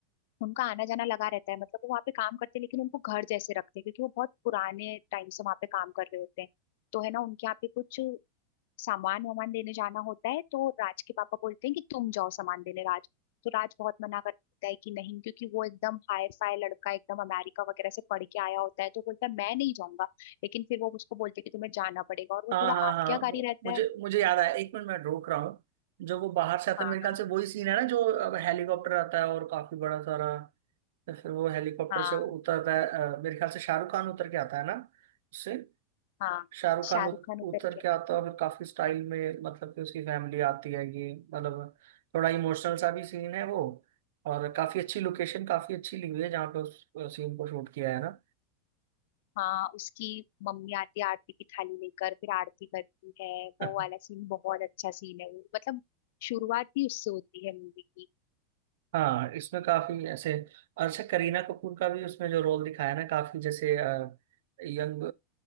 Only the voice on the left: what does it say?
उनका आना जाना लगा रहता है मतलब वो वहाँ पे काम करते हैं लेकिन उनको घर जैसे रखते हैं क्योंकि वो बहुत पुराने टाइम से वहाँ पे काम कर रहे होते हैं तो है ना उनके यहाँ पे कुछ सामान वामान देने जाना होता है तो राज के पापा बोलते हैं कि तुम जाओ सामान देने राज तो राज बहुत मना करता है कि नहीं क्योंकि वो एकदम हाई फाई लड़का एकदम अमेरिका वगैरह से पढ़ के आया होता है तो बोलता है मैं नहीं जाऊंगा लेकिन फिर वो उसको बोलते हैं कि तुम्हें जाना पड़ेगा और वो
थोड़ा
आज्ञाकारी
रहता
है
हाँ
हाँ
हाँ
शाहरुख
खान उतर
के
हाँ उसकी मम्मी आती है आरती की थाली लेकर फिर आरती करती है
वो वाला सीन बहुत अच्छा सीन है वो मतलब शुरुआत ही उससे होती है मूवी की